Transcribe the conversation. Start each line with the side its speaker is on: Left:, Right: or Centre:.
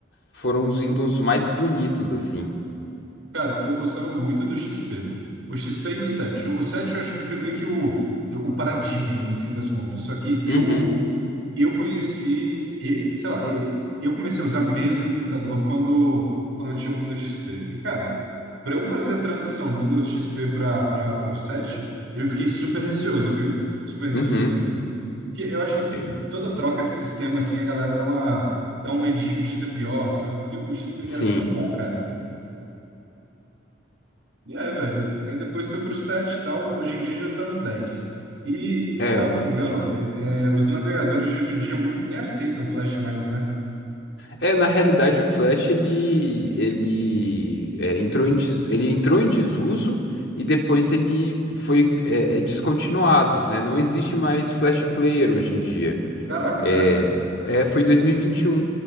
Left: foram os Windows mais bonitos, assim
Right: Cara, eu gostava muito do XP. O XP e o 7. O 7 eu acho que ele foi meio que o, o paradigma, no fim das contas. Só que eu
Left: Uhum,
Right: eu conheci, e, sei lá, e, eu comecei a usar mesmo o computador quando, quando eu tinha o Windows XP. E, cara, para eu fazer a transição do Windows XP para o 7, eu fiquei super receoso, viu? Super receoso
Left: uhum.
Right: mesmo. Porque eu acho que to-
Left: É,
Right: toda troca de sistema, assim, a galera dá uma, dá um medinho de ser pior, sabe? Porque o XP ele
Left: Sim.
Right: era tão bom, cara. E É, velho. Aí depois foi pro 7 e tal. Hoje em dia já tá no 10. E, salvo
Left: É.
Right: engano, é, os navegadores de hoje em dia, muitos nem aceitam Flash mais, né?
Left: É, na realidade o Flash ele ele é, entrou em des- ele entrou em desuso e depois ele foi é, é, descontinuado, né? Não existe mais Flash Player hoje em dia.
Right: Caraca,
Left: É,
Right: sério?
Left: é foi 2021